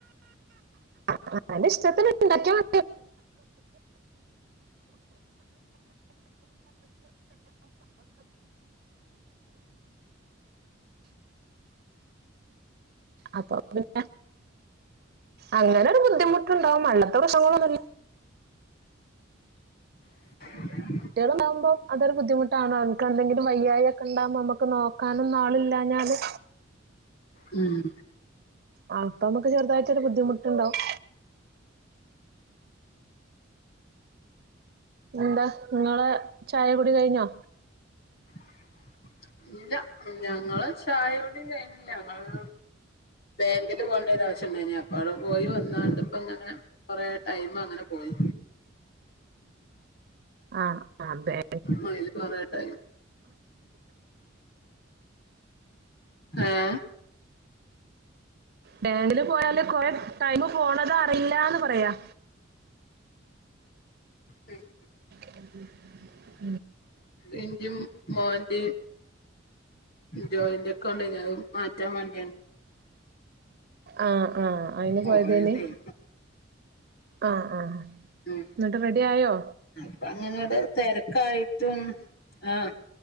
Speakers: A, on the right; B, on the left.
A: ആഹ് അൻ്റിഷ്ടത്തിന്ണ്ടാക്കിയമ അപ്പൊ പിന്നെ അങ്ങനെ ഒരു ബുദ്ധിമുട്ടുണ്ടാവും അല്ലത്തെ പ്രശനങ്ങളൊന്നു
B: <inaudible>
A: കുട്ടികളാവുമ്പോ അതൊരു ബുദ്ധിമുട്ടാണ് അവർക്കെന്തെങ്കിലു വെയ്യായൊക്കെണ്ടാമ്പോ നമ്മക്ക് നോ ക്കാനൊന്നു ആളില്ലാഞ്ഞാല്
B: ഉഹ്.
A: അ അപ്പൊമ്മക്ക് ചെറുതായിട്ടൊരു ബുദ്ധിമുട്ടുണ്ടാവും. ന്താ ഇങ്ങളെ ചായ കുടി കഴിഞ്ഞോ?
B: <inaudible> ഇല്ല ഞങ്ങളെ ചായയുടി കഴിഞില്ല ഞങ്ങള് ബേങ്കിൽ പോണ്ടെ ഒരാശ്യണ്ടായിന് എ അപ്പാവ്ട് പോയി വന്നാണ്ട്പ്പങ്ങനെ കൊറെ ടൈമങ്ങനെ പോയി.
A: ആഹ് അതെ.
B: ക്കുളില് കൊറേട്ടായി. ഏഹ്
A: ബേങ്കില് പോയാല് കൊറെ ടൈമ് പോണത് അറിയില്ലാന്ന് പറയാ.
B: <unintelligible>
A: ഉഹ് ഉഹ്.
B: ഇൻ്റ മോൻ്റ ജോയിൻ്റക്കൊടെയ്‌നു അഹ് മാറ്റാൻ വാണ്ടിയാണ്.
A: ആഹ് ആഹ് അയിന്
B: പോയതേനി
A: പോയതേയ്നി? ആഹ് ആഹ്
B: ഉഹ്
A: ന്നട്ട് റെഡി ആയോ?
B: അപ്പൊ അങ്ങനവിടെ തെരക്കായിട്ടും. ആഹ്.